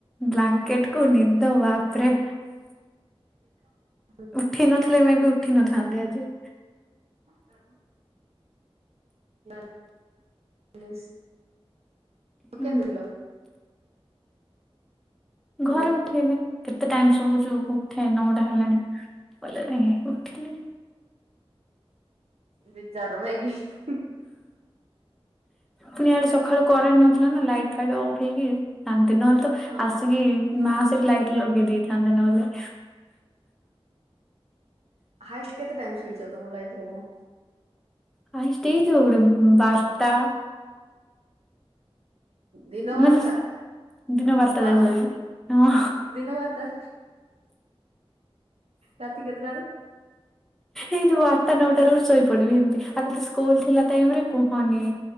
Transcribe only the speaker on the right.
ଏକାମା।
ନା <unintelligible>
କେନ୍ତି ଉଠିଲ?
ମାନେ
ବିଚାର ନାଇଁ କି।
ହଁ।
ହାଏଷ୍ଟ କେତେ ଟାଇମ୍ ଶୋଇଛ ତମ ଲାଇଫ୍ ରେ ତମେ?
ଦିନ
ବାରଟା।
ହଁ
ଦିନ ବାରଟା। ରାତି କେତେ ଟାରୁ?